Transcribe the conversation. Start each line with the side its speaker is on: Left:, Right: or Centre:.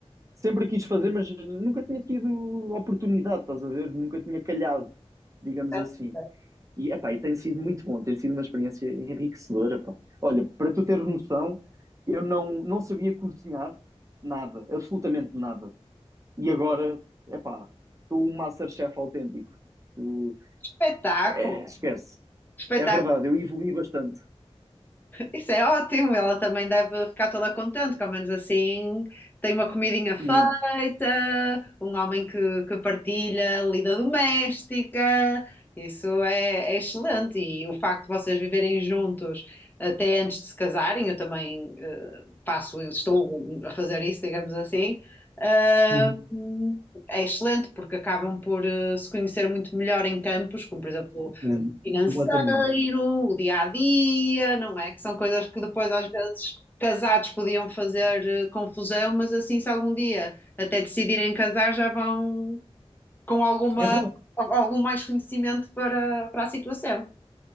Right: sempre quis fazer, mas nunca tinha tido oportunidade, estás a ver? Nunca tinha calhado, digamos
Left: É,
Right: assim.
Left: é,
Right: E, epá, e tem sido muito bom, tem sido uma experiência enriquecedora, pá. Olha, para tu teres noção, eu não, não sabia cozinhar nada, absolutamente nada. E agora, epá, estou um MasterChef autêntico. Tu-
Left: Espetáculo,
Right: é, esquece.
Left: espetáculo.
Right: É verdade, eu evoluí bastante,
Left: Isso é ótimo, ela também deve ficar toda contente, que ao menos assim tem uma comidinha feita,
Right: muito.
Left: um homem que, que partilha a lida doméstica, isso é, é excelente. E o facto de vocês viverem juntos até antes de se casarem, eu também eh, passo, eu estou a fazer isso, digamos assim, ah,
Right: Uhum.
Left: é excelente porque acabam por eh, se conhecer muito melhor em campos, como por exemplo
Right: Entendo,
Left: financeiro,
Right: Completamente.
Left: o dia a dia, não é? Que são coisas que depois, às vezes, casados podiam fazer eh, confusão, mas assim, se algum dia até decidirem casar, já vão com alguma,
Right: É verdade.
Left: al- algum mais conhecimento para, para a situação.